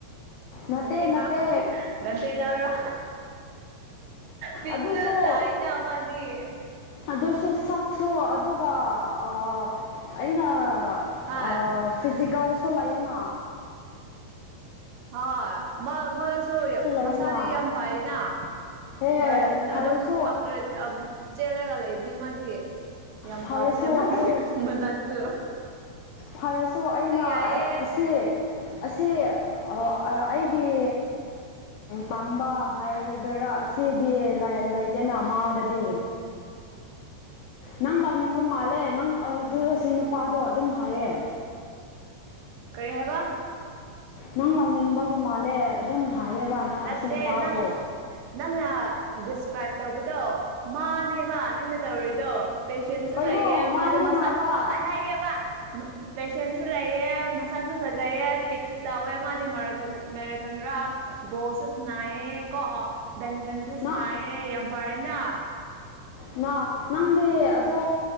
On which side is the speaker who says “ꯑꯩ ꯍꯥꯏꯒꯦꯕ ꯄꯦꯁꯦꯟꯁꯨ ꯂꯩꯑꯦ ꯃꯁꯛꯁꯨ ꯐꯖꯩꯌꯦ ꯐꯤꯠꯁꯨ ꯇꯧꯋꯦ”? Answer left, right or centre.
Right